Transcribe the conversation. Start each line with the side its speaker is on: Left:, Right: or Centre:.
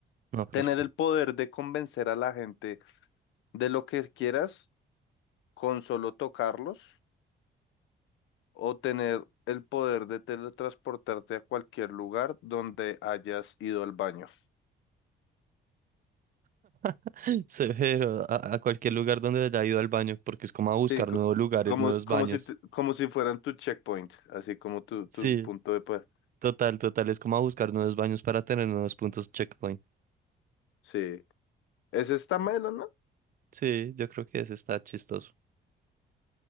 Right: no fresco.
Left: Tener el poder de convencer a la gente de lo que quieras con solo tocarlos o tener el poder de teletransportarte a cualquier lugar donde hayas ido al baño.
Right: <laughs> Severo, a, a cualquier lugar donde haya ido al baño, porque es como a buscar
Left: Sí, co-
Right: nuevos lugares,
Left: como,
Right: nuevos
Left: como
Right: baños.
Left: si, te- como si fueran tu checkpoint, así como tu, tu
Right: Sí.
Left: punto de poder.
Right: Total, total, es como a buscar nuevos baños para tener nuevos puntos checkpoint.
Left: Sí. Ese está melo, ¿no?
Right: Sí, yo creo que ese está chistoso.